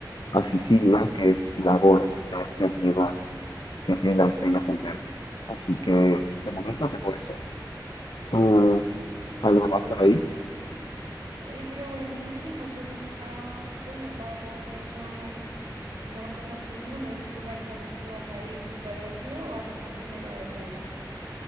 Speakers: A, on the left; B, on the right.
A: a Sicilia, que es la boda de este amigo que tiene la despedida soltero. Así que de momento tengo eso. ¿Tú algo más
B: Oye,
A: por ahí?
B: oye, pero buenísimo, yo nunca, bueno, la verdad es que no, no conozco ninguno de esos lugares a los que vas a ir. ¿Tú ya habías ido o va a ser tu primera vez allá?